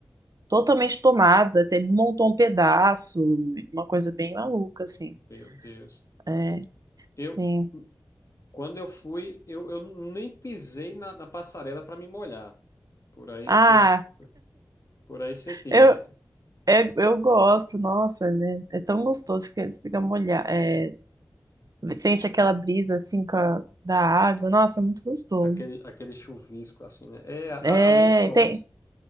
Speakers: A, on the right (about 50°); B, on the left (about 40°).
A: totalmente tomada, até desmontou um pedaço, uma coisa bem maluca, assim.
B: Meu Deus.
A: É,
B: Eu,
A: sim.
B: Quando eu fui, eu, eu nem pisei na, na passarela para me molhar. Por aí
A: Ah,
B: você, por aí você tira
A: eu, É, eu gosto, nossa, né? É tão gostoso que eles ficam molhados. É, sente aquela brisa assim com a- da água. Nossa, é muito gostoso.
B: aquele, aquele chuvisco assim, né? É, a- a-
A: É,
B: ali pronto.
A: tem,